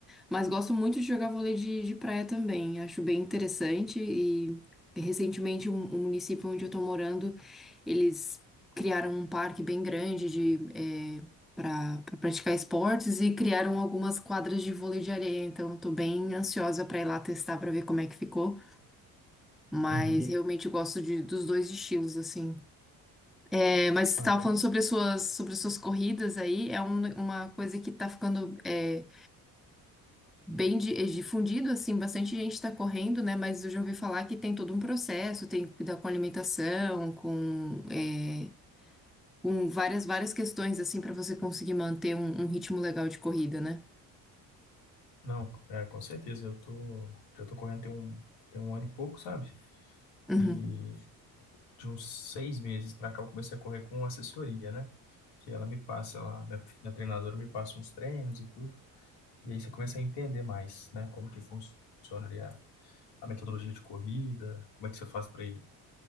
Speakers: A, in the centre; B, on the left.
A: mas gosto muito de jogar vôlei de, de praia também, acho bem interessante e recentemente o um, um município onde eu tô morando, eles criaram um parque bem grande de, é, para pra pra praticar esportes e criaram algumas quadras de vôlei de areia, então eu tô bem ansiosa pra ir lá testar pra ver como é que ficou, mas
B: Uhum.
A: E- realmente eu gosto de, dos dois estilos, assim. É, mas você
B: Ah,
A: estava
B: eu-
A: falando sobre as suas, sobre as suas corridas aí, é um- uma coisa que está ficando é, bem di- eh, difundido, assim, bastante gente está correndo, né? Mas eu já ouvi falar que tem todo um processo, tem que cuidar com alimentação, com, é, com várias, várias questões, assim, para você conseguir manter um, um ritmo legal de corrida, né?
B: não, é, com certeza. Eu tô já tô correndo tem um tem um ano e pouco, sabe?
A: Uhum.
B: E de uns seis meses pra cá eu comecei a correr com assessoria, né? Que ela me passa, ela, minha, minha treinadora me passa uns treinos e tudo. E aí você começa a entender mais, né? Como que funciona ali a a metodologia de corrida, como é que você faz para ir